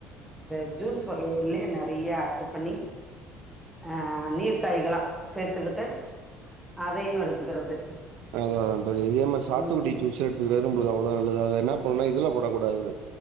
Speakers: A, in the centre; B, on the right.
A: இந்த ஜூஸ் வகையிலயே நெறைய அது பண்ணி ஆ நீர் காய்களா சேர்த்துக்கிட்டு அதையும் எடுத்துக்கிறது
B: அதா அதா தோழி இதே மாரி சாத்துக்குடி
A: ம்
B: ஜூஸ் எடு <unintelligible> அதல என்னா பண்ணணுனா இதுல போடக்கூடாது